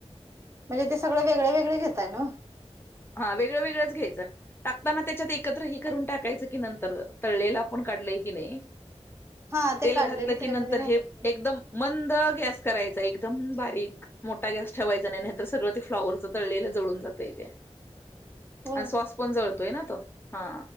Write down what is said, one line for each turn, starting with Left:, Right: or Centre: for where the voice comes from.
Right: म्हणजे ते सगळं वेगळ-वेगळ घेताय ना?
Left: हा वेगळं वेगळंच घ्यायचं टाकताना त्याच्यात एकत्र हे करून टाकायचं की नंतर तळलेल आपण टाक लय कने
Right: हा ते
Left: तेल
Right: काढलेलं
Left: घातल
Right: त्याच्यामध्ये
Left: की नतंर
Right: घालायचं
Left: एकदम मंद सुंद गॅस करायचा एकदम बारीक, मोठा गॅस ठेवायचा नाही नाही तर सगळं ते फ्लाॉवरच तळलेलं जळुन जातय तेे.
Right: होय
Left: आणि सॉस पण जळतोय ना तो हा